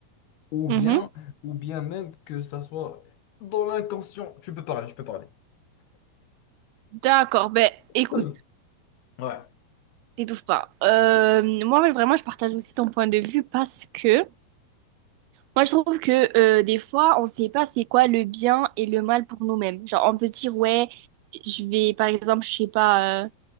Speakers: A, on the left; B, on the right.
A: ou
B: ouais.
A: bien,
B: Mhm.
A: ou bien même que ça soit dans l'inconscient. Tu peux parler, tu peux parler.
B: D'accord. Ben, écoute.
A: <coughs> Ouais.
B: T'étouffes pas. Euh, moi, ouais, vraiment, je partage aussi ton point de vue parce que moi, je trouve que euh, des fois, on sait pas c'est quoi le bien et le mal pour nous-mêmes. Genre, on peut se dire, ouais, je vais, par exemple, je sais pas, euh,